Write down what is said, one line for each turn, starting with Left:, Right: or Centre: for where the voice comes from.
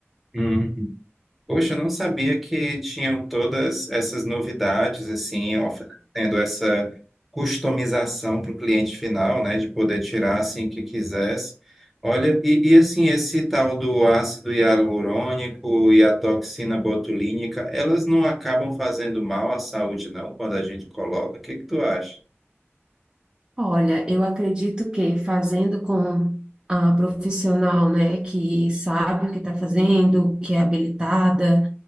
Centre: Uhum. Poxa, eu não sabia que tinham todas essas novidades, assim, oferecendo essa customização para o cliente final, né, de poder tirar assim que quisesse. Olha, e, e, assim, esse tal do ácido hialurônico e a toxina botulínica, elas não acabam fazendo mal à saúde, não, quando a gente coloca? O que que tu acha?
Right: Olha, eu acredito que fazendo com a profissional, né, que sabe o que está fazendo, que é habilitada,